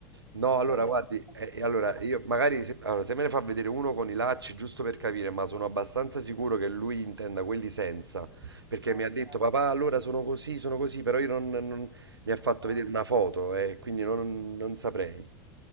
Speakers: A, on the right (about 80°); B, in the centre.
A: No, allora
B: Poi devo...
A: guardi, eh, eh, allora
B: Ah,
A: io magari se, allora, se me ne fa vedere uno con i lacci, giusto per capire, ma sono abbastanza sicuro che lui intenda quelli senza, perché
B: ok,
A: mi ha detto papà, allora sono così, sono così, però io non, non- mi ha fatto
B: ok.
A: vedere una foto e quindi non, non saprei.